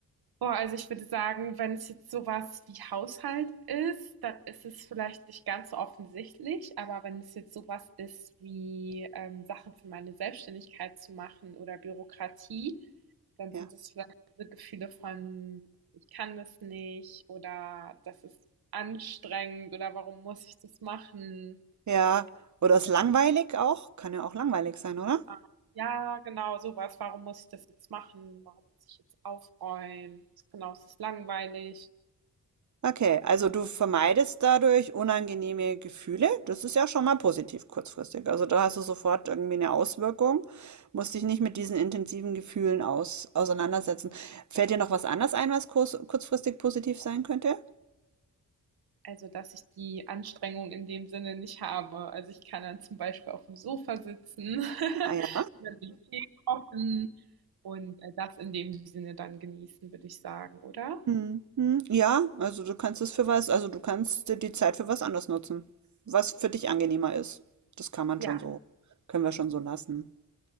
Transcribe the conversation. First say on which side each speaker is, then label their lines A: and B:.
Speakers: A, on the right; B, on the right.
A: Boah, also ich würde sagen, wenn es jetzt sowas wie Haushalt ist, dann ist es vielleicht nicht ganz so offensichtlich, aber wenn es jetzt sowas ist wie ähm, Sachen für meine Selbstständigkeit zu machen oder Bürokratie, dann
B: Ja,
A: sind es vielleicht diese Gefühle von, ich kann das nicht oder das ist anstrengend oder warum muss ich das machen?
B: ja. Oder ist
A: Vielleicht,
B: langweilig auch? Kann ja auch langweilig sein, oder?
A: ah, Ja, genau, sowas. Warum muss ich das jetzt machen? Warum muss ich jetzt aufräuen? Genau, es ist langweilig.
B: Okay, also du vermeidest dadurch unangenehme Gefühle. Das ist ja schon mal positiv kurzfristig. Also da hast du sofort irgendwie eine Auswirkung, musst dich nicht mit diesen intensiven Gefühlen aus auseinandersetzen. Fällt dir noch was anderes ein, was kurz, kurzfristig positiv sein könnte?
A: Also, dass ich die Anstrengung in dem Sinne nicht habe. Also, ich kann dann zum Beispiel auf dem Sofa sitzen, <laughs>
B: Ah ja.
A: mir den Tee kochen und, äh, das in dem Sinne dann genießen, würde ich sagen, oder?
B: Mhm. Ja, also du kannst es für was, also du kannst dir die Zeit für was anderes nutzen, was für dich angenehmer ist. Das kann man
A: Ja,
B: schon so, können wir schon so lassen.